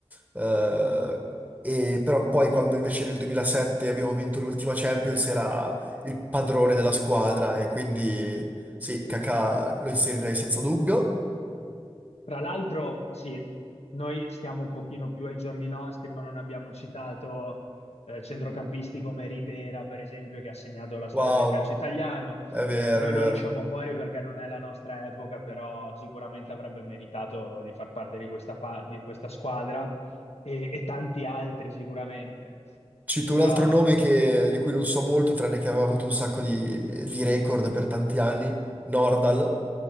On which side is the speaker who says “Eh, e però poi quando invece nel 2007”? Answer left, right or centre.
Right